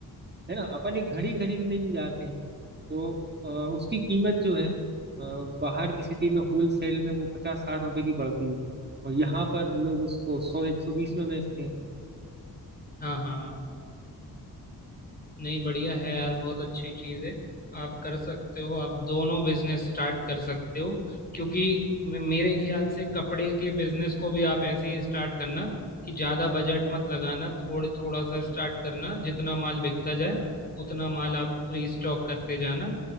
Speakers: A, on the right; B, on the left.
A: है ना अपन एक घड़ी खरीदने भी जाते हैं तो अ, उसकी कीमत जो है अ, बाहर की सिटी में होल सेल में वो पचास साठ रुपए की पड़ती है और यहाँ पर लोग उसको सौ एक सौ बीस में बेचते हैं
B: हाँ हाँ हाँ। नहीं बढ़िया है यार बहुत अच्छी चीज़ है आप कर सकते हो आप दोनों बिजनेस स्टार्ट कर सकते हो क्योंकि मे- मेरे ख्याल से कपड़े के बिजनेस को भी आप ऐसे ही स्टार्ट करना कि ज़्यादा बजट मत लगाना थोड़े थोड़ा सा स्टार्ट करना जितना माल बिकता जाए उतना माल आप रीस्टॉक करते जाना